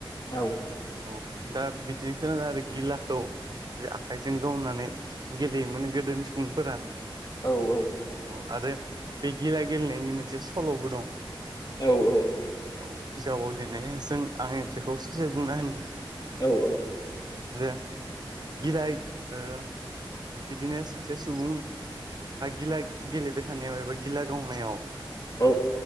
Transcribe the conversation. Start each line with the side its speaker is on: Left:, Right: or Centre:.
Left: औ
Right: औ दा बिदिनो खोनादों आरो गिलाखौ जे आखाइजों गावनानै गेलेयोमोन गोदोनि सुबुंफोरा
Left: औ औ
Right: औ आरो बे गिला गेलेनायनि मोनसे सल'बो दं
Left: औ औ
Right: औ बिजाबाव लिरनाया जों आं बेखौ ससे बुंना होनि
Left: औ औ
Right: जे गिला ओ बिदिनो सासे सुबुं आ गिला गेलेबाय थानायाव एबा गिला गावनायाव
Left: औ